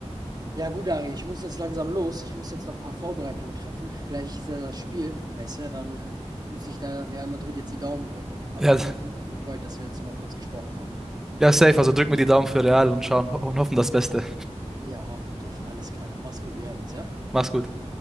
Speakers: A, on the right; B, in the centre.
A: Ja gut, Ari, ich muss jetzt langsam los. Ich muss jetzt noch ein paar Vorbereitungen treffen. Gleich ist ja das Spiel, weißt du, dann muss ich da Real Madrid jetzt die Daumen drücken. Aber
B: Ja,
A: hat mich auf jeden Fall gefreut, dass wir jetzt nochmal kurz gesprochen haben.
B: ja, safe. Also drück mir die Daumen für Real und schauen und hoffen das Beste.
A: Ja, hoffentlich. Alles klar. Mach's gut, wir hören uns, ja?
B: Mach's gut.